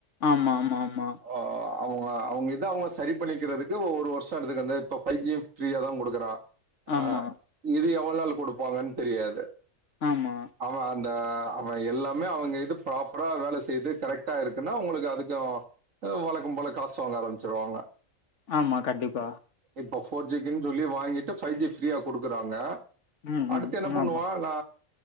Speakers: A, on the left (about 65°); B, on the right (about 80°).
A: ஆமா ஆமா ஆமா
B: ஆ அவுங்க அவுங்க இத அவுங்க சரி பண்ணிக்கிறதுக்கு ஒரு வருஷோ எடுத்துக்கு அந்த இப்ப பைஜியும் ஃப்ரீயா தா குடுக்குறா
A: ஆமா,
B: அ இது எவ்ளோ நாள் குடுப்பாங்கன்னு தெரியாது
A: ஆமா
B: அவ அந்த அவ எல்லா மே அவுங்க இது ப்ராப்பரா வேல செய்து கரெக்டா இருக்குன்னா உங்களுக்கு அதுக்கோ அ வழக்கம் போல காசு வாங்க ஆரம்பிச்சிருவாங்க
A: ஆமா கண்டிப்பா
B: இப்ப ஃபோர் ஜிக்குன்னு சொல்லி வாங்கிட்டு ஃபை ஜி ஃப்ரீயா குடுக்குறாங்க
A: ம்,
B: அடுத்து
A: ம்.
B: என்ன பண்ணுவா
A: ஆமா.
B: நா